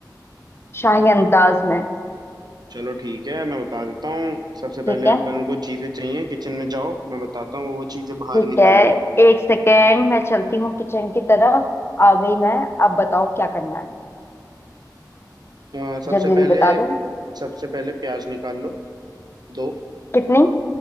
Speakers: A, on the left; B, on the right.
A: शाही अंदाज में
B: चलो ठीक है मैं बता देता हूँ सबसे पहले
A: ठीक है
B: अपन को चीजें चाहिए किचन में जाओ मैं बताता हूँ वो चीजें बाहर
A: ठीक
B: निकालो
A: है एक सेकेंड मैं चलती हूँ किचन की तरफ आ गई मैं अब बताओ क्या करना है
B: अ, सबसे
A: जल्दी जल्दी
B: पहले
A: बता दो
B: सबसे पहले प्याज निकाल लो दो
A: कितनी